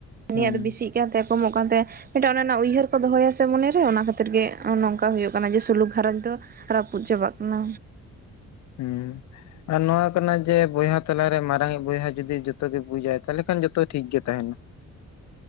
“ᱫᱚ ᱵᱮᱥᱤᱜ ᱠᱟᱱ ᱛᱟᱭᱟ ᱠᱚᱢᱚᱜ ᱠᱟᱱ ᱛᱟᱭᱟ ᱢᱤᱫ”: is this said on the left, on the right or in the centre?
Right